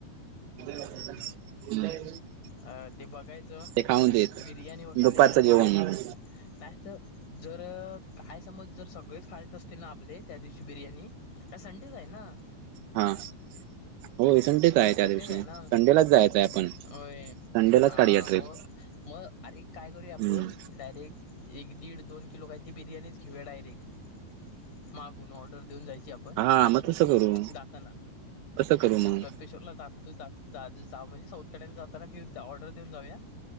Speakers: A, on the right; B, on the left.
A: <inaudible> हम्म.
B: अ ते बघायचं
A: ते खाऊन
B: आणि
A: देत
B: बिर्याणी व खालीन
A: दुपारचं
B: बिर्याणी
A: जेवण म्हणून
B: नाहीच. जर काय समज जर सगळेच खायत अस ते ना आपले त्या दिवशी बिर्याणी अ संडेच आहे ना.
A: हा. हो संडेच त्या
B: संडेच
A: दिवशी
B: आहे ना?
A: संडेलाच जायचं आहे आपण
B: होय,
A: संडेलाच
B: हा
A: काढूया ट्रिप
B: मग मग अरे काय करूया आपण,
A: हम्म.
B: डायरेक्ट एक दीड दोन किलो काही ती बिर्याणीच घेऊया डायरेक्ट. मागून ऑर्डर देऊन जायची, आपण
A: हा मग तसं करू
B: जाताना.
A: तसं करू मग
B: दुतर. पेशोकला जातो जा म्हणजे साऊथ कड्याला जाताना ती ऑर्डर देऊन जाऊ या.